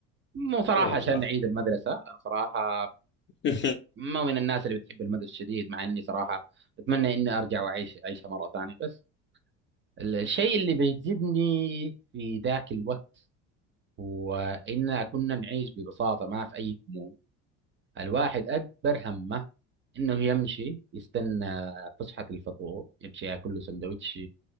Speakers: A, on the right; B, on the left.
A: مو صراحه
B: يا
A: عشان
B: الله
A: نعيد المدرسه انا صراحه
B: <laughs>
A: مو من الناس اللي بتحب المدرسه شديد مع اني صراحه اتمنى اني ارجع واعيش اعيشها مره ثانيه بس الشيء اللي بيجذبني في ذاك الوقت هو إننا كنا نعيش ببساطة ما في أي هموم الواحد أكبر همه إنه يمشي يستنى فسحة الفطور يمشي ياكل له سندوتش